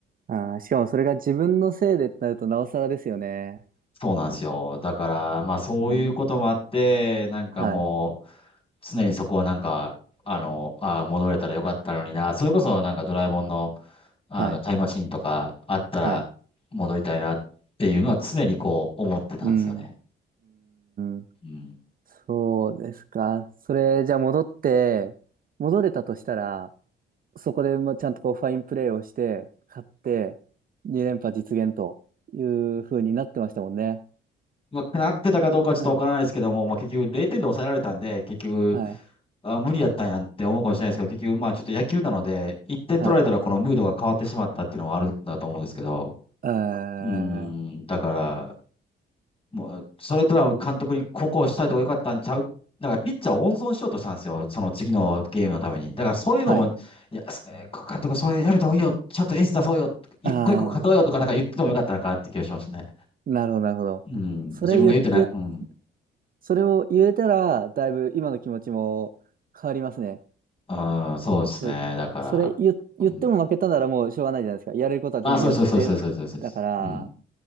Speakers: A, on the right; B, on the left.
A: ああ、しかもそれが自分のせいでってなるとなおさらですよね。
B: そうなんですよ。だから、まあそういうこともあって、
A: うん、
B: なんかもう、
A: はい、
B: 常にそこはなんか、あの、ああ、戻れたらよかったのにな。それこそなんかドラえもんの、あの、
A: はい、
B: タイムマシンとかあったら戻りたいなっていうのは常にこう思ってたんですよね。
A: はい。うん、うん、
B: うん。
A: そうですか。それ、じゃあ戻って、戻れたとしたら、そこで、まあ、ちゃんとこうファインプレーをして、勝って、2連覇実現という風になってましたもんね。
B: まあ、なってたかどうかはちょっとわからないですけども、
A: うん。
B: まあ、結局0点で抑えられたんで、結局、
A: はい。
B: あ、無理やったんやんって思うかもしれないですけど、結局まあちょっと野球なので、1点取られたらこのムードが変わってしまったっていうのはあるんだと思うんですけど、
A: はい。えー、
B: うん、だから、もう、それとは監督にここをしたいとかよかったんちゃうだからピッチャーを温存しようとしたんですよ。その次のゲームのために。だからそういうのも、
A: はい。
B: いや、す監督それやめた方がいいよ。ちゃんとエース出そうよ。一個一個勝とうよとかなんか言っててもよかったのかなって気がしますね。
A: ああ、なるほど、なるほど。
B: うん。
A: それ言、
B: 自分が言ってない。
A: 言、
B: うん。
A: それを言えたら、だいぶ今の気持ちも変わりますね。
B: ああ、そうですね。
A: で、
B: だから。
A: それ言、
B: うん。
A: 言っても負けたならもうしょうがないじゃないですか。やれることは全部やって、
B: あ、そうです、そうです、そうです、そうです。そうですうん。
A: だから、あ